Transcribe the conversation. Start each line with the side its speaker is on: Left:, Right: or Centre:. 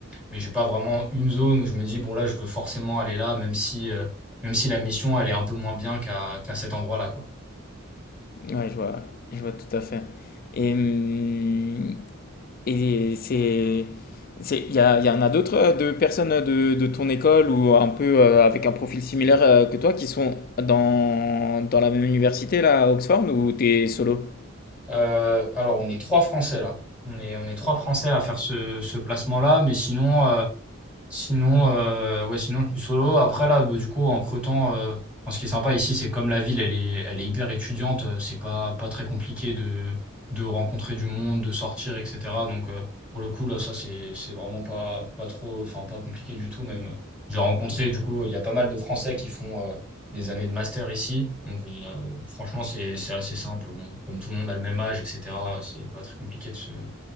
Centre: mais j'ai pas vraiment une zone où je me dis bon là, je veux forcément aller là, même si euh, même si la mission elle est un peu moins bien qu'à qu'à cet endroit-là quoi.
Left: Ouais, je vois, je vois tout à fait. Et hum, Et c'est, c'est, il y, a- il y en a d'autres euh, de personnes de, de ton école ou un peu euh, avec un profil similaire euh, que toi qui sont dans, dans la même université là à Oxford ou t'es solo?
Centre: Euh, alors, on est trois Français là. On est, on est trois Français à faire ce, ce placement-là, mais sinon, euh, Sinon, euh, ouais, sinon je suis solo. Après là, bah, du coup, entre-temps, euh, enfin, ce qui est sympa ici, c'est que comme la ville, elle est, elle est hyper étudiante, euh, c'est pas, pas très compliqué de, de rencontrer du monde, de sortir, etc. Donc euh, pour le coup, là, ça c'est, c'est vraiment pas, pas trop, enfin pas compliqué du tout. Même euh, j'ai rencontré, du coup, il y a pas mal de Français qui font euh, des années de master ici. Donc euh, franchement, c'est, c'est assez simple. Bon, comme tout le monde a le même âge, etc. C'est pas très compliqué de se, de